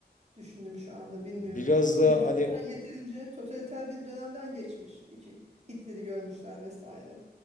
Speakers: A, on the right; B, on the left.
A: düşündüm şu anda bilmiyorum.
B: biraz
A: Çünkü
B: da hani
A: zaten yeterince totaliter bir dönemden geçmiş. İki, Hitler'i görmüşler vesaire.